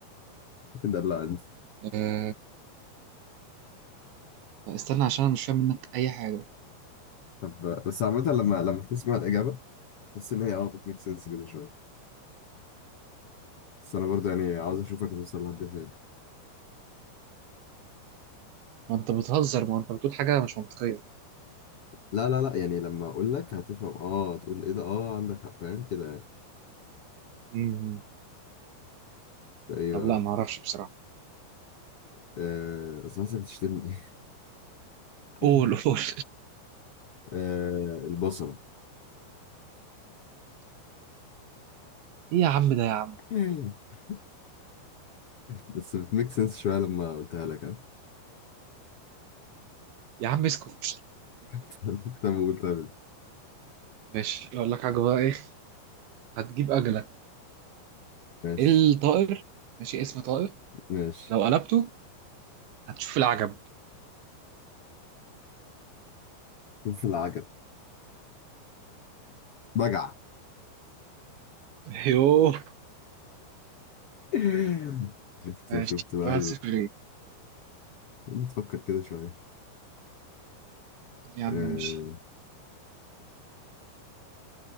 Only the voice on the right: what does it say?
آه لا، استنى عشان انا مش فاهم منك اي حاجه
ما انت بتهزر ما انت بتقول حاجه مش منطقيه
امم
طب
لا ما اعرفش بصراحه
قول قول <laughs>
ايه يا عم ده يا عم
يا عم اسكت
<laughs> ماشي اقول لك حاجه بقى ايه هتجيب اجلك
الطائر ماشي اسم طائر
لو قلبته هتشوف العجب
يوه
ماشي
واحد صفر ليه
يا عم
ماشي